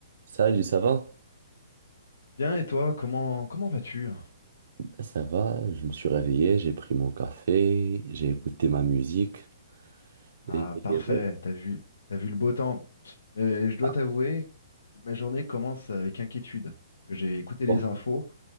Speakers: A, on the right; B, on the left.
A: Salut, ça va?
B: Bien, et toi, comment comment vas-tu?
A: Ben, Ça va, je me suis réveillé, j'ai pris mon café, j'ai écouté ma musique.
B: Ah,
A: Et,
B: parfait,
A: et ouais,
B: t'as vu t'as vu le beau temps. Mais je dois
A: ça
B: t'avouer, ma journée commence avec inquiétude. Parce que j'ai écouté
A: va.
B: les infos,